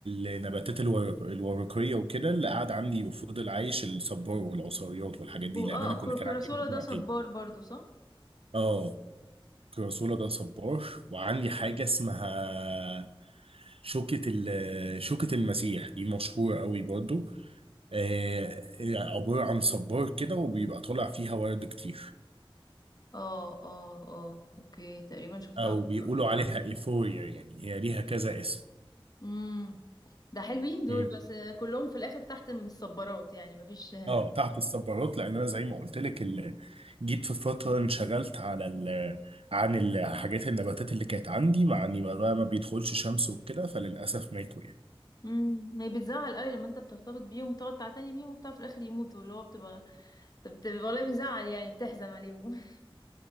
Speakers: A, on the right; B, on the left.
A: النباتات الورق الورقيه وكده اللي قعد عندي وفضل عايش الصبار والعصاريات والحاجات دي
B: واه
A: لان انا
B: الكر-
A: كنت كان
B: الكراسولا
A: عندي مجموعتين
B: ده صبار برضو صح؟
A: اه كراسولا ده صبار وعندي حاجه اسمها شوكة ال- شوكة المسيح دي مشهورة قوي برضو آه، عبارة عن صبار كده وبيبقى طالع فيها ورد كتير
B: اه اه اه اوكي تقريبا شفتها
A: او
B: قبل
A: بيقولوا
B: قبل كده
A: عليها ايفوريا يعني هي ليها كذا اسم
B: امم ده حلوين دول
A: مم.
B: بس كلهم في الاخر تحت من الصبارات يعني مفيش <laughs>
A: اه تحت الصبارات لان انا زي ما قلت لك ال- جيت في فتره انشغلت على ال... عن الحاجات النباتات اللي كانت عندي مع اني بقى ما بيدخلش شمس وكده فللاسف ماتوا يعني
B: امم ما هي بتزعل قوي لما انت بترتبط بيهم وتقعد تعتني بيهم وبتاع في الاخر يموتوا اللي هو بتبقى بتبقى والله بيزعل يعني بتحزن عليهم